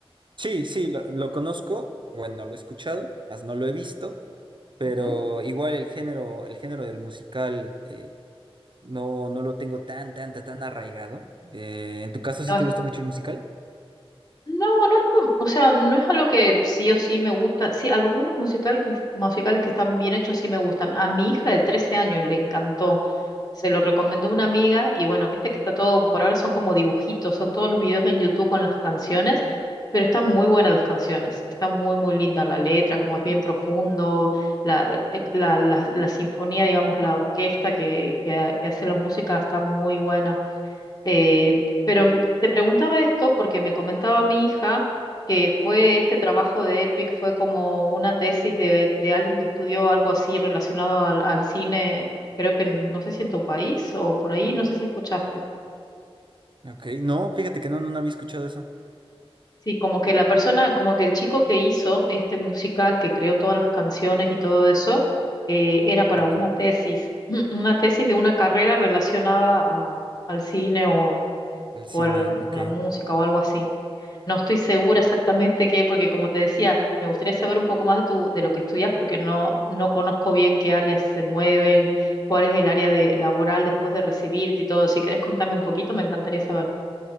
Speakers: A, on the right; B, on the left.
A: Sí, sí, lo, lo conozco. Bueno, lo he escuchado, más no lo he visto, pero
B: Ujú.
A: igual el género, el género del musical eh, no, no lo tengo tan, tan, tan, tan arraigado. Eh, ¿en tu caso sí
B: No,
A: te gusta mucho el musical?
B: No, no es com- o sea, no es algo que sí o sí me gusta. Sí, algunos musical que, musicales que están bien hechos sí me gustan. A mi hija de 13 años le encantó. Se lo recomendó una amiga y bueno, viste que está todo, por ahora son como dibujitos, son todos los videos en YouTube con las canciones, pero están muy buenas las canciones. Está muy, muy linda la letra, como es bien profundo, la, eh, la, la, la sinfonía, digamos, la orquesta que, que, que hace la música está muy buena. Eh, pero m- te preguntaba esto porque me comentaba mi hija que fue este trabajo de EPIC, fue como una tesis de, de alguien que estudió algo así relacionado al, al cine, creo que en- no sé si en tu país o por ahí, no sé si escuchaste.
A: Ok, no, fíjate que no, no, no había escuchado eso.
B: Sí, como que la persona, como que el chico que hizo este musical, que creó todas las canciones y todo eso, eh, era para
A: Ok,
B: una tesis, <clears throat> una tesis de una carrera relacionada a- al cine o,
A: al cine,
B: o al-
A: ok.
B: a la música o algo así. No estoy segura exactamente qué, porque como te decía, me gustaría saber un poco más de tu, de lo que estudias, porque no, no conozco bien qué áreas se mueven, cuál es el área de laboral después de recibirte y todo. Si querés contarme un poquito, me encantaría saber.